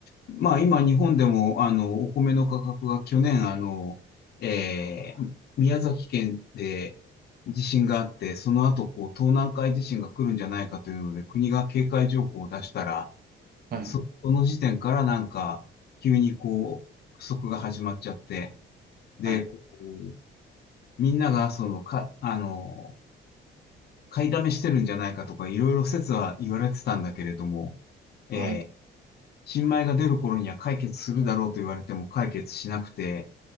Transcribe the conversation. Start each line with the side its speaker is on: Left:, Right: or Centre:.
Left: まあ今日本でもあのお米の価格が去年あの、えー宮崎県で地震があって、その後こう東南海地震が来るんじゃないかというので国が警戒情報を出したら、
Right: はい、
Left: そ、その時点からなんか急にこう不足が始まっちゃって、で、
Right: はい、
Left: こうみんながそのか、あの、買いだめしてるんじゃないかとかいろいろ説は言われてたんだけれども、えー
Right: はい。う
Left: 新米が出る頃には解決するだろうと言われても解決しなくて、